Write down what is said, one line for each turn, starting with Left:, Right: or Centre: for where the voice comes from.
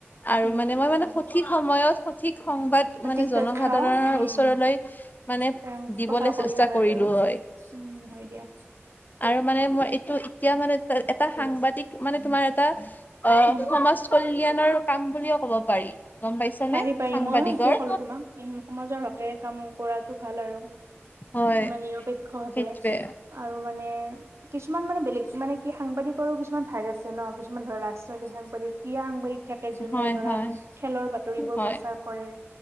Left: আৰু
Right: উম
Left: মানে
Right: উম
Left: মই মানে সঠিক সময়ত সঠিক সংবাদ
Right: সঠিক
Left: মানে জনসাধাৰণৰ
Right: তথ্য উম
Left: ওচৰলৈ মানে
Right: প্ৰেৰণ
Left: দিবলৈ
Right: প্ৰচাৰ কৰিলা
Left: চেষ্টা
Right: হয়
Left: কৰিলো
Right: আৰু
Left: হয়
Right: উম, হয় দিয়া।
Left: আৰু মানে মই এইটো এতিয়া মানে এটা সাংবাদিক মানে তোমাৰ এটা অ,
Right: উম
Left: সমাজ কল্যাণৰ কাম বুলিও কব পাৰি গম পাইছানে
Right: পাৰি পাৰি
Left: সাংবাদিকৰ।
Right: ময়ো সেইটোয়ে ক'লো তোমাক উম সমাজৰ হকে কাম কৰাটো ভাল আৰু
Left: হয়
Right: মানে নিৰপেক্ষ ভাৱে
Left: সেইটোৱে
Right: আৰু মানে কিছুমান মানে বেলেগ মানে কি সাংবাদিকৰো কিছুমান ভাগ আছে ন' কিছুমান ধৰা ৰাজনৈতিক সাংবাদিক ক্ৰীড়া সাংবাদিক থাকে। যোনে
Left: হয়
Right: ধৰা
Left: হয়
Right: খেলৰ বাতৰিবোৰ
Left: হয়
Right: প্ৰচাৰ কৰে।